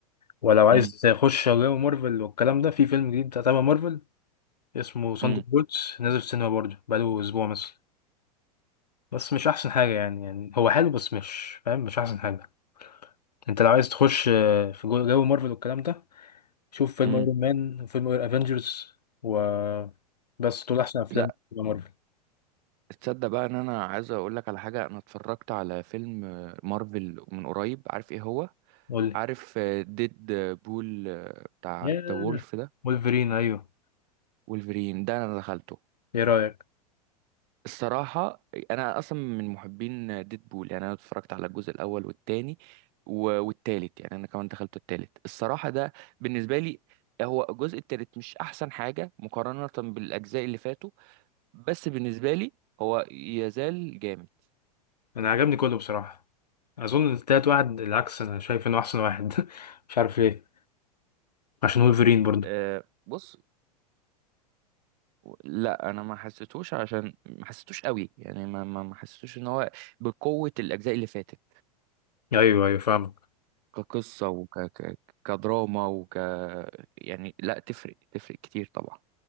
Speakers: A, on the left (about 75°); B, on the right (about 50°).
A: ولو عايز
B: امم
A: تخش جو مارفل والكلام ده في فيلم جديد تبع مارفل اسمه ساندر
B: امم
A: بولتس نازل في السينما برضه بقاله أسبوع مثلا بس مش احسن حاجه يعني يعني هو حلو بس مش فاهم مش احسن حاجه انت لو عايز تخش آه، في جو جو مارفل والكلام ده شوف فيلم
B: امم
A: ايرون مان وفيلم افنجرز و بس دول احسن افلام
B: لا
A: في مارفل
B: تصدق بقى ان انا عايز اقول لك على حاجه انا اتفرجت على فيلم آه، مارفل من قريب عارف ايه هو
A: قول لي
B: عارف آه، ديد بول آه، بتاع
A: يا
B: ذا وولف ده
A: وولفرين ايوه
B: وولفرين ده انا دخلته
A: ايه رايك
B: الصراحة أنا أصلا من محبين ديدبول يعني أنا اتفرجت على الجزء الأول والتاني و- والتالت يعني أنا كمان دخلت التالت الصراحة ده بالنسبة لي هو الجزء التالت مش أحسن حاجة مقارنة بالأجزاء اللي فاتوا بس بالنسبة لي هو يزال جامد
A: انا عجبني كله بصراحه اظن التالت واحد العكس انا شايف انه احسن واحد <laughs> مش عارف ليه عشان وولفرين برضو
B: أه بص لا أنا ما حسيتوش عشان ما حسيتوش قوي يعني ما ما ما حسيتوش إن هو بقوة الأجزاء اللي فاتت
A: ايوه ايوه فاهمك
B: كقصة وك ك- كدراما وك يعني لا تفرق تفرق كتير طبعا